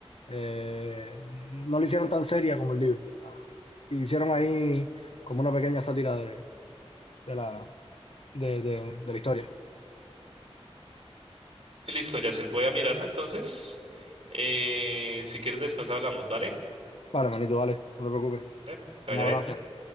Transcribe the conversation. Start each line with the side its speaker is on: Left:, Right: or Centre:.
Left: eh, no lo hicieron tan seria como el libro. Ah, Hicieron ahí como una pequeña sátira de, de la, de, de- de la historia.
Right: Listo, Yacel. Voy a mirarla entonces. Eh, si quieres después hablamos, ¿vale?
Left: Vale, manito, vale, no te preocupes.
Right: Eh, que
Left: Un
Right: vaya
Left: abrazo.
Right: bien.